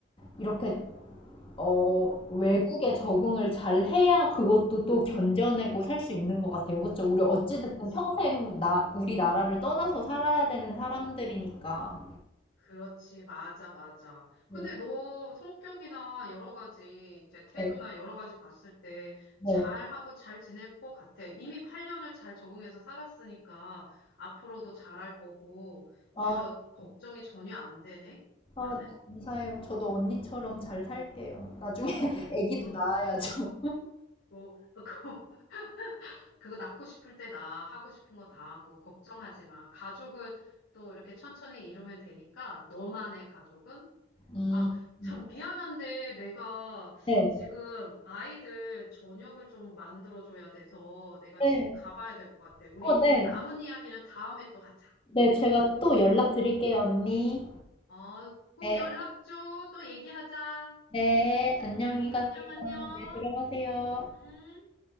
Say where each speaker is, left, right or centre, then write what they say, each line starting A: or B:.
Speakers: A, on the left; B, on the left.
A: 이렇게 어, 외국에
B: 응,
A: 적응을 잘 해야 그것도 또 견뎌내고 살 수 있는 것 같아요. 그렇죠? 우리 어찌됐든
B: 그치.
A: 평생 나, 우리나라를 떠나서 살아야 되는 사람들이니까.
B: 그렇지, 맞아, 맞아.
A: 네,
B: 근데 너 성격이나 여러 가지, 이제 태도나
A: 네.
B: 여러 가지 봤을 때
A: 네.
B: 잘하고 잘 지낼 것 같아. 이미 8년을 잘 적응해서 살았으니까 앞으로도 잘 할 거고.
A: 아,
B: 그래서 걱정이 전혀 안 되네,
A: 아,
B: 나는.
A: 네, 감사해요. 저도 언니처럼 잘
B: 음.
A: 살게요. 나중에 <laughs> 아기도
B: 고마,
A: 낳아야죠.
B: 고마, 고, <laughs> 고, 그거 낳고 싶을 때 나 하고 싶은 거 다 하고, 걱정하지 마. 가족은 또 이렇게 천천히 이루면 되니까, 너만의 가족은
A: 음,
B: 아,
A: 음.
B: 참 미안한데 내가
A: 네,
B: 지금 아이들 저녁을 좀 만들어줘야 돼서 내가
A: 네.
B: 지금 가봐야 될 것 같아. 우리
A: 어, 네.
B: 남은 이야기는 다음에 또 하자.
A: 네, 제가 또 연락 드릴게요, 언니.
B: 어, 꼭
A: 네,
B: 연락 줘. 또 얘기하자.
A: 네. 안녕히
B: 안녕,
A: 가세요.
B: 안녕.
A: 네, 들어가세요.
B: 음.